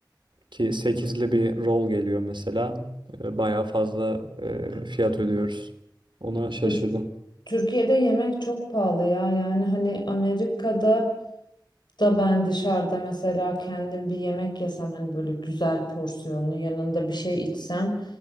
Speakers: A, on the right; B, on the left.
A: Ki sekizli bir roll geliyor mesela. E, Bayağı fazla e, fiyat ödüyoruz. Ona şaşırdım.
B: Tür- Türkiye'de yemek çok pahalı ya yani hani Amerika'da da ben dışarıda mesela kendim bir yemek yesem hani böyle güzel porsiyonlu yanında bir şey içsem